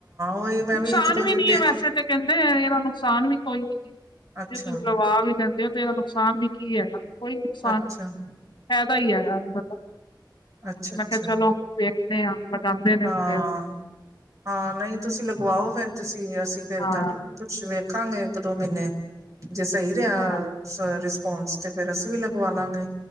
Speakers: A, on the right; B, on the left.
A: ਉਹੀ ਮੈਂ
B: ਨੁਕਸਾਨ
A: ਇੱਕ ਦੋ
B: ਵੀ
A: ਜਿਦੇ
B: ਨੀ ਹੈ ਵੈਸੇ ਤੇ ਕਹਿੰਦੇ, ਇਹਦਾ ਨੁਕਸਾਨ ਵੀ ਕੋਈ ਨੀ ਹੈ
A: ਅੱਛਾ
B: ਜੇ ਤੁਸੀਂ ਲਵਾ ਵੀ ਲੈਂਦੇ ਹੋ ਤੇ ਇਹਦਾ ਨੁਕਸਾਨ ਵੀ ਕੀ ਹੈਗਾ ਕੋਈ ਨੁਕਸਾਨ
A: ਅੱਛਾ
B: ਨੀ, ਫਾਇਦਾ ਹੀ ਹੈਗਾ ਤਾਂ
A: ਅੱਛਾ-ਅੱਛਾ
B: ਮੈਂ ਕਿਹਾ ਚਲੋ ਵੇਖਣੇ ਆ ਲਗਾਉਂਦੇ ਨੇ
A: ਹਾਂ
B: ਤੇ ਫਿਰ
A: ਹਾਂ ਨਹੀਂ ਤੁਸੀਂ ਲਗਵਾਓ ਫੇਰ ਤੁਸੀਂ, ਅਸੀਂ ਫਿਰ
B: ਹਾਂ
A: ਤੁਹਾਡੇ ਕੁੱਛ ਵੇਖਾਂਗੇ ਇੱਕ ਦੋ ਮਹੀਨੇ ਜੇ ਸਹੀ ਰਿਹਾ
B: ਹਾਂ
A: ਰਿਸਪੋਂਸ ਤੇ ਫੇਰ ਅਸੀਂ ਵੀ ਲਗਵਾ ਲਾਂਗੇ